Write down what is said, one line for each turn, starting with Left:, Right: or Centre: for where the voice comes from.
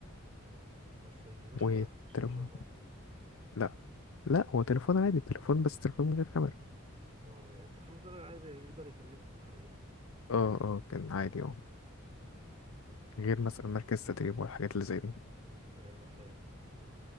Right: اه بس الجيوشي
Left: والتليفون
Right: ما فيش تليفون خالص
Left: لا لا هو تليفون عادي تليفون بس تليفون من غير كاميرا
Right: اه يعني التليفون الزرار العادي بيقدر يكلمكم من عليه
Left: اه اه كان عادي اه غير مثلا مركز تدريب والحاجات اللي زي دي
Right: ايوه فاهم